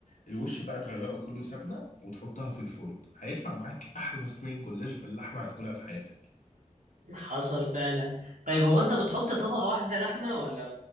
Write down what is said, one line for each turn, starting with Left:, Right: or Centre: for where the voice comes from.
Left: الوش بقى تغرقه كله سمنه وتحطها في الفرن هيطلع معاك احلى صينيه جلاش باللحمه هتاكلها في حياتك
Right: حصل فعلا طيب هو انت بتحط طبقة واحدة لحمة ولا